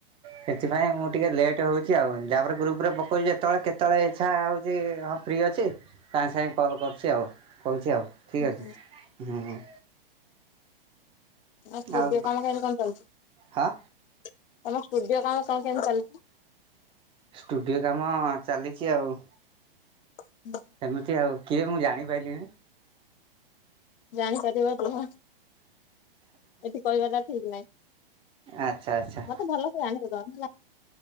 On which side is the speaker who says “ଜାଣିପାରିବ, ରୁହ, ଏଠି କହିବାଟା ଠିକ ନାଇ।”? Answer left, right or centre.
Left